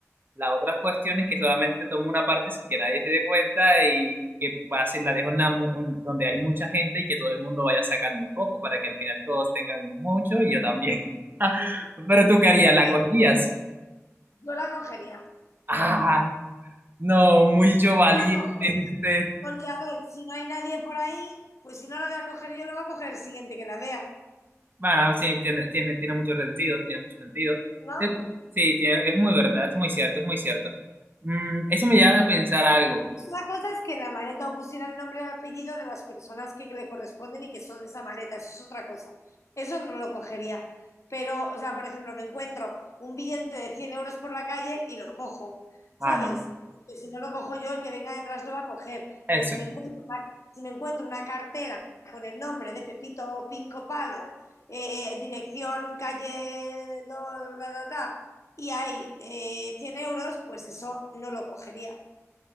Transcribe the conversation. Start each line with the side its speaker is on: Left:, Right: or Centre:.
Right: La otra cuestión es que solamente tomo una parte sin que nadie se dé cuenta y que pase, la dejo en la mu- en donde hay mucha gente y que todo el mundo vaya sacando un poco para que al final todos tengan mucho y yo también. <laughs> Pero tú qué harías,
Left: Pues
Right: ¿la cogerías?
Left: yo la cogería.
Right: Ah. No, mucho valiente
Left: La cojo.
Right: usted.
Left: Porque, a ver, si no hay nadie por ahí, pues si no la voy a coger yo, la va a coger el siguiente que la vea,
Right: Bueno, sí, tiene, tiene, tiene mucho sentido, tiene mucho sentido.
Left: ¿no?
Right: Sí, tiene- es muy verdad, es muy cierto, es muy cierto. Mm, eso me lleva a pensar algo.
Left: La cosa es que en la maleta o pusiera el nombre y el apellido de las personas que le corresponden y que son de esa maleta, eso es otra cosa. Eso no lo cogería. Pero, o sea, por ejemplo, me encuentro un billete de 100 euros por la calle y lo cojo, ¿sabes?
Right: Ah, no. no,
Left: Que si no lo cojo yo, el que venga detrás lo va a coger.
Right: Eso,
Left: Pero si me encuentro
Right: no.
Left: una, si me encuentro una cartera con el nombre de Pepito Pinco Palo, eh, eh, dirección calle, do- da, da, da, y hay eh, 100 euros, pues eso no lo cogería.